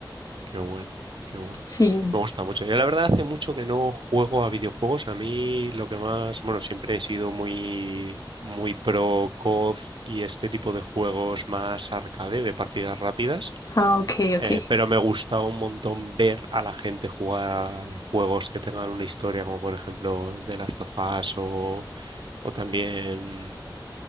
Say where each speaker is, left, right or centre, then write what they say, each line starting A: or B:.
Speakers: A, on the right; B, on the left.
A: Qué bueno, qué bueno.
B: Sí.
A: Me gusta mucho. Yo la verdad hace mucho que no juego a videojuegos. A mí lo que más, bueno, siempre he sido muy, muy pro COD y este tipo de juegos más arcade, de partidas rápidas.
B: Ah, ok, ok.
A: Eh, pero me gusta un montón ver a la gente jugar juegos que tengan una historia, como por ejemplo The Last of Us o, o también